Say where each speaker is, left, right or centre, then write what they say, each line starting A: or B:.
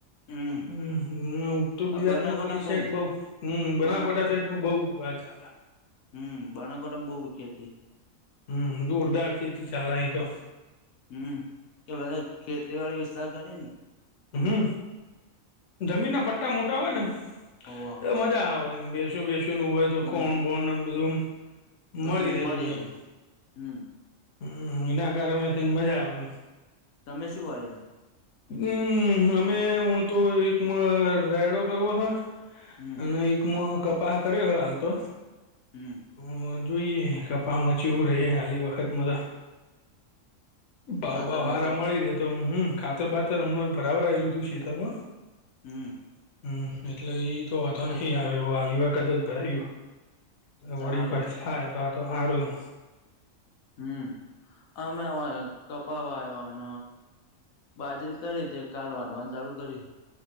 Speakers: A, on the left (about 85°); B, on the left (about 65°).
A: હમ
B: હ <unintelligible> ઉત્તર ગુજરાતમાં
A: બનાકોટામાં
B: પેલી
A: બઉ
B: સાઈડ બહુ હમ બનાસકાંઠા
A: બના
B: સાઈડ બહુ જદ <inaudible>
A: હમ બાણકોડામાં બહુ વિખી હતી
B: હમ જોરદાર ખેતી ચાલે અહીં તો
A: હમ કે બધા ખેતી વાડી વિસ્તાર કરી ને
B: હમ જમીનના પટ્ટા મોટા હોય ને
A: હોવ
B: એ મજા આવે એ બેસું બેસું નું હોય તો
A: હમ
B: ખોણ બોણ બધું
A: બધું
B: મળી રહે તું એમ
A: રે હમ
B: હમ એના કારણે થઈને મજા આવે
A: તમે શું આવ્યા
B: હમ અમે હ તો વિકમા રાયડો કરવો હ
A: હમ
B: અને એક મોહ કપાહ કરે હાલતો
A: હમ
B: હ જોઈએ કપામા ચેવુ રહે હાલી વખતમાં તો ભાવ
A: ખાતર
B: ભાવ હારા
A: બાતર
B: મળી રહેેતો હુ કાતર બાતર હમણાં ભરાયેલું તું ખેતરમાં
A: હમ
B: હમ એટલે ઈ તો‌ વાંધો નહી આવે એવું હાલી વખત જ ભરાયું
A: તો ચાલે
B: વળી કાંઈ થાય તો આ તો સારું
A: હમ અમે ઓહી કપાવા <unintelligible> આવ બાજરી કરી તે કાલ વાઢવાનું ચાલુ કરી